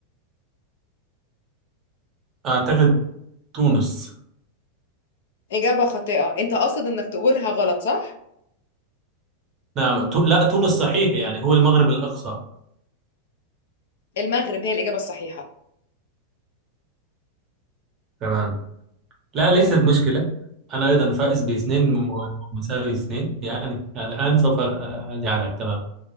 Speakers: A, on the right; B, on the left.
A: أعتقد تونس
B: إجابة خاطئة، أنت قاصد إنك تقولها غلط صح؟
A: نعم تو... لا تونس صحيح يعني هو المغرب الأقصى
B: المغرب هي الإجابة الصحيحة.
A: تمام لا ليست مشكلة أنا أيضا فائز باثنين م- مساوي اثنين يعني الآن سوف أجعلك تمام